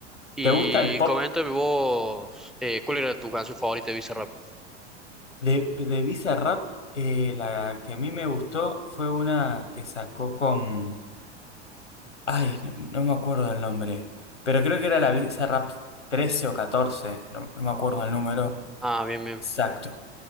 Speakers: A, in the centre; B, on the left.
A: Y
B: te gusta el pop?
A: coméntame vos, eh, ¿cuál era tu canción favorita de Bizarrap?
B: De, de Bizarrap, eh, la que a mí me gustó fue una que sacó con... Ay, no, no me acuerdo del nombre, pero creo que era la Bizarrap 13 o 14 no, no me acuerdo el número
A: Ah, bien, bien.
B: exacto.